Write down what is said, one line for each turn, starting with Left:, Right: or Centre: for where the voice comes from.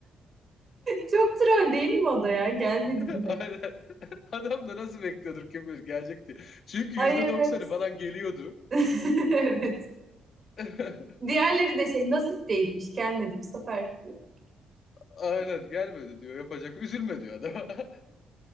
Right: Çok troll değil mi o da ya? Gelmedi
Left: <laughs>
Right: bu ne?
Left: Aynen. Adam da nasıl bekliyordur kim bilir gelecek diye. Çünkü
Right: Ay
Left: yüzde
Right: evet.
Left: doksanı falan geliyordu.
Right: <laughs> Evet.
Left: <laughs>
Right: Diğerleri de şey nasip değilmiş gelmedi bu sefer diyor.
Left: Aynen gelmedi diyor. Yapacak. Üzülme diyor adam. <laughs>